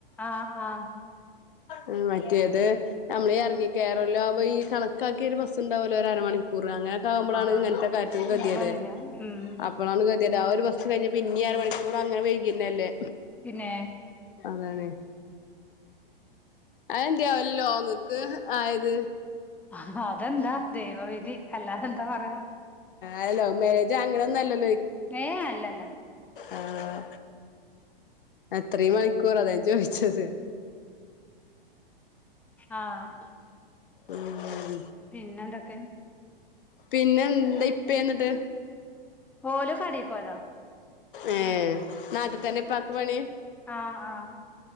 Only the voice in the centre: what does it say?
ആഹ് ആഹ്
ആഹ് ആഹ്
കീറ
വര ഉം
പിന്നെ
ആ അതെന്താ ദൈവവിധി അല്ലാതെന്താ പറയാ
ഏ അല്ലല്ല
ആഹ
പിന്നെന്തൊക്കെ
പോലും കടി പോയതാ
ആഹ് ആഹ